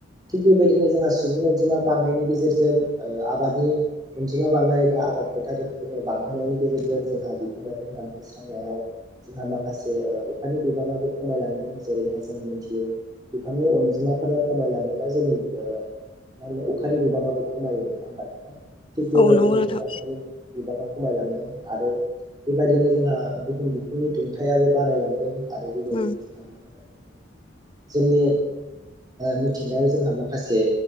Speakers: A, on the right (about 20°); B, on the left (about 25°).
A: थिग बेबायदिनो जोंहा सुबुं अनजिमा बांनायनि गेजेरजों आबादनि अनजिमा बांनाय बा आबाद फोथार गोहो बांनायनि गेजेरजों जोंहा बिफां लाइफां दानफायस्रांनायाव जोंहा माखासे अखानि बिबाङाबो खमायलांदों जेरैहाय जों मिथियो बिफांनि अनजिमाफोरा खमायलाङोबा जोंनि मा होनो अखानि बिबाङाबो खमायो नङा होमबानोथां थिग बेबायदिनो
B: औ नंगौ नोंथां
A: जोंहा अखानि बिबाङा खमायलांदों आरो बेबायदिनो जोंहा बुहुम बिखुंनि दुंथायाबो बारायलांदों आरो बेबायदिनो
B: उम
A: जोंहा मा होननानै बुङो जोंनि मिथिंनायाव जोंहा माखासे